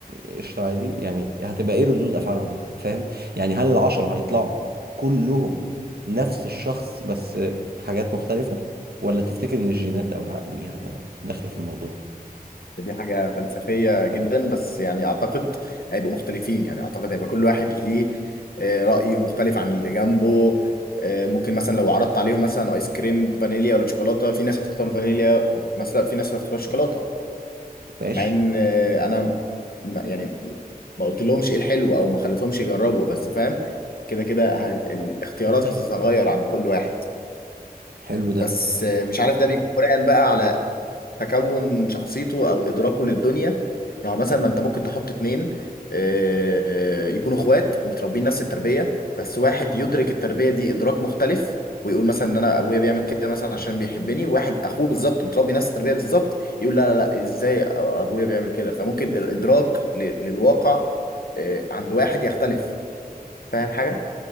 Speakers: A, on the right (about 80°); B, on the left (about 70°).
A: قشطة عادي يعني هتبقى ايه ردود افعالهم فاهم يعني هل العشرة هيطلعوا كلهم نفس الشخص بس حاجات مختلفة ولا تفتكر ان الجينات او العقل ليها دخل في الموضوع
B: دي حاجة فلسفية جدا بس يعني أعتقد هيبقوا مختلفين يعني أعتقد هيبقى كل واحد ليه آه، رأي مختلف عن اللي جنبه آه، ممكن مثلا لو عرضت عليهم مثلا آيس كريم فانيليا ولا شوكولاتة في ناس هتختار فانيليا ومثلا في ناس هتختار شوكولاتة
A: ماشي
B: مع إن آه، أنا ما- يعني ما قلت لهمش إيه الحلو أو ما خليتهمش يجربوا بس فاهم كده كده ه- الاختيارات هتتغير عند كل واحد
A: حلو ده
B: بس آه، مش عارف ده بيكون بناء بقى على تكون شخصيته او ادراكه للدنيا ما هو مثلا ما انت ممكن تحط اتنين آه، آه، يكونوا اخوات ومتربيين نفس التربيه بس واحد يدرك التربيه دي ادراك مختلف ويقول مثلا ان انا ابويا بيعمل كده مثلا عشان بيحبني واحد اخوه بالظبط متربي نفس التربيه بالظبط يقول لا لا لا ازاي ابويا بيعمل كده فممكن الادراك ل- للواقع آه، عند واحد يختلف فاهم حاجه